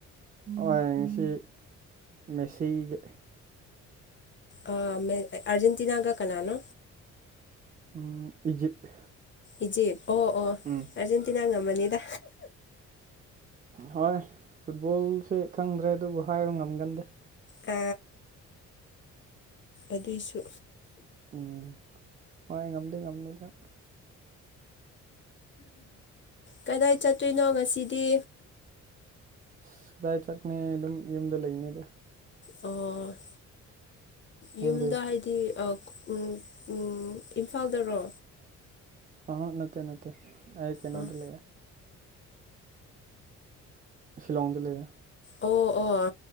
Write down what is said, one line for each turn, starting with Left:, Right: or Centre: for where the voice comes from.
Right: ꯍ‌ꯣꯏ ꯉꯁꯤ ꯃꯦꯁꯤꯒꯤ
Left: ꯑ ꯃ‌ꯦ ꯑꯔꯖꯦꯟꯇꯤꯅꯥꯒ ꯀꯅꯥꯅꯣ
Right: ꯎꯝ ꯏꯖꯤꯞ
Left: ꯏꯖꯤꯞ ꯑꯣ ꯑꯣ
Right: ꯎꯝ
Left: ꯑꯥꯔꯖꯦꯟꯇꯤꯅꯥ ꯉꯝꯃꯅꯤꯗ
Right: ꯍꯣꯏ ꯐꯨꯠꯕꯣꯜꯁꯦ ꯈꯪꯗ꯭ꯔꯦ ꯑꯗꯨꯕꯨ ꯍꯥꯏꯕ ꯉꯝꯒꯟꯗꯦ
Left: ꯑ ꯑꯗꯨꯏꯁꯨ
Right: ꯎꯝ ꯍꯣꯏ ꯉꯝꯗꯤ ꯉꯝꯅꯤꯗ
Left: ꯀꯗꯥꯏ ꯆꯠꯇꯣꯏꯅꯣ ꯉꯁꯤꯗꯤ
Right: ꯑꯁ ꯀꯗꯥꯏ ꯆꯠꯅꯤ ꯑꯗꯨꯝ ꯌꯨꯝꯗ ꯂꯩꯅꯤꯗ
Left: ꯑꯣ
Right: ꯅꯪꯗꯤ
Left: ꯌꯨꯝꯗ ꯍꯥꯏ ꯗꯤ ꯑ ꯎꯪ ꯎꯪ ꯏꯝꯐꯥꯜꯗꯔꯣ
Right: ꯑꯥ ꯅꯠꯇꯦ ꯅꯠꯇꯦ ꯑꯩ ꯀꯩꯅꯣꯗ
Left: ꯑꯥ
Right: ꯂꯩꯌꯦ ꯁꯤꯂꯣꯡꯗ ꯂꯩꯌꯦ
Left: ꯑꯣ ꯑꯣ